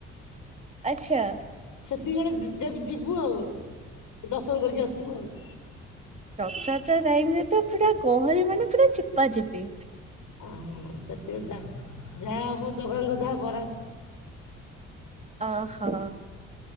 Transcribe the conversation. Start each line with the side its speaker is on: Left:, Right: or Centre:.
Right: ଆଚ୍ଛା।
Left: ସେତିକି ବେଳେ ଯିବୁ ଆଉ ଦର୍ଶନ କରିକି ଆସିବୁ ଆଉ।
Right: ରଥଯାତ୍ରା ଟାଇମ ରେ ତ ପୁରା ଗହଳି ମାନେ ପୁରା ଚିପା ଚିପି
Left: ଓ ସେତିକି ଯା ଯାହା ହବ ଜଗାଙ୍କ ଯାହା ବରାଦ
Right: ଓହୋ